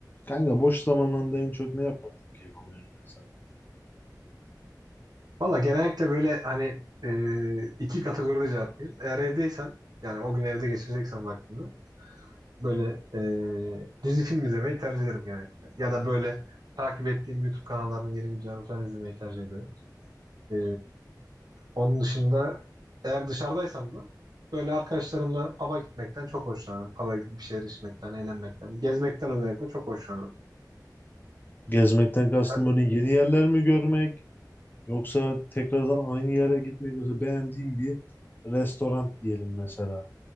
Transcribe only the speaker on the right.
Valla genellikle böyle hani e, iki kategoride cevaplayayım. Eğer evdeysen yani o gün evde geçireceksen vaktini böyle e, dizi film izlemeyi tercih ederim genellikle. Ya da böyle takip ettiğim YouTube kanallarının yeni videolarını falan izlemeyi tercih ederim. E, onun dışında eğer dışarıdaysam da böyle arkadaşlarımla pub'a gitmekten çok hoşlanırım. Pub'a gidip bir şeyler içmekten, eğlenmekten, gezmekten özellikle çok hoşlanırım.
Sen?